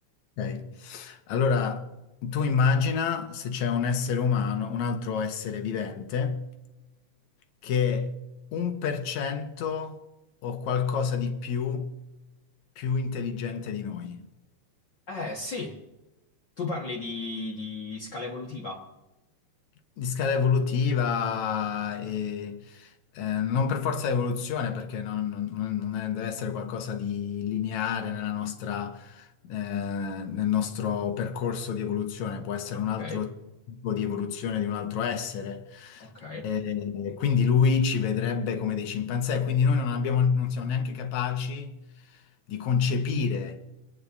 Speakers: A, on the left; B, on the left.
A: ok? Allora, tu immagina se c'è un essere umano, un altro essere vivente, che un per cento o qualcosa di più più intelligente di noi.
B: Eh, sì. Tu parli di, di scala evolutiva?
A: di scala evolutiva e eh, non per forza evoluzione, perché non, non- non è- deve essere qualcosa di lineare nella nostra, eh, nel nostro percorso di evoluzione, può essere
B: Ok,
A: un altro tipo di evoluzione di un altro essere.
B: ok,
A: E quindi lui ci vedrebbe come dei cimpanzé, quindi noi non abbiamo- non siamo neanche capaci di concepire